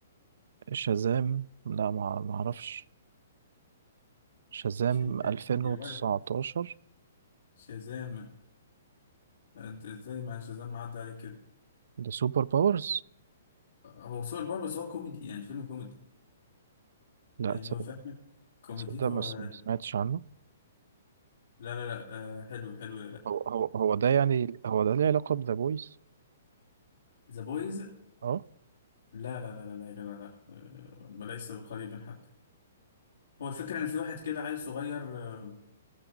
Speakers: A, on the right; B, on the left.
A: شازام لا ما ما اعرفش شازام
B: شازام
A: 2019
B: يا ولد شازام يعني انت ازاي مع شازام معدي عليك كده
A: ده سوبر باورز
B: هو سوبر باور بس هو كوميدي يعني فيلم كوميدي
A: لا
B: يعني
A: تصدق
B: هو فاهم كوميديته
A: تصدق ما سم-
B: آه،
A: ما سمعتش عنه
B: لا لا لا آه، حلو حلو
A: هو هو هو ده يعني هو ده ليه علاقة بذا بويز
B: ذا بويز
A: اه
B: لا لا لا لا لا يا جدع لا آه، وليس بقريب حتى هو الفكرة إن في واحد كده عيل صغير آه،